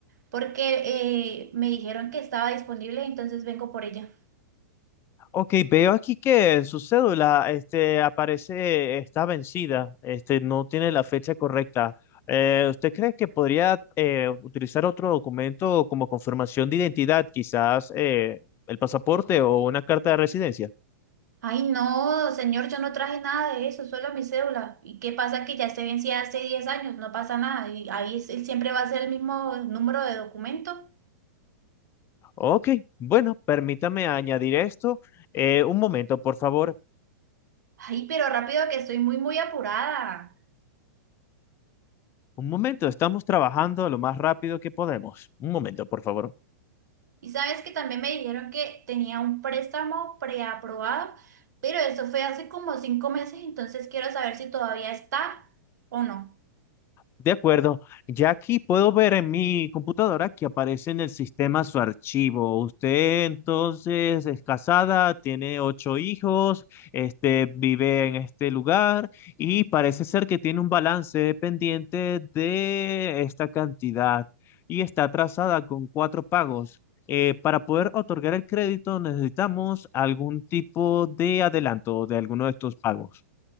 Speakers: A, on the right; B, on the left.
A: porque eh, me dijeron que estaba disponible, entonces vengo por ella.
B: Ok, veo aquí que en su cédula este, aparece, está vencida, este, no tiene la fecha correcta. Eh, ¿usted cree que podría eh, utilizar otro documento como confirmación de identidad, quizás eh, el pasaporte o una carta de residencia?
A: Ay, no, señor, yo no traje nada de eso, solo mi cédula. ¿Y qué pasa que ya se vencía hace 10 años? No pasa nada. Y ahí es- él siempre va a ser el mismo número de documento.
B: Ok, bueno, permítame añadir esto. Eh, un momento, por favor.
A: Ay, pero rápido que estoy muy, muy apurada.
B: Un momento, estamos trabajando lo más rápido que podemos. Un momento, por favor.
A: Y sabes que también me dijeron que tenía un préstamo preaprobado, pero eso fue hace como cinco meses, entonces quiero saber si todavía está o no.
B: De acuerdo, ya aquí puedo ver en mi computadora que aparece en el sistema su archivo. Usted entonces es casada, tiene ocho hijos, este, vive en este lugar y parece ser que tiene un balance pendiente de esta cantidad y está atrasada con cuatro pagos. Eh, para poder otorgar el crédito necesitamos algún tipo de adelanto de alguno de estos pagos.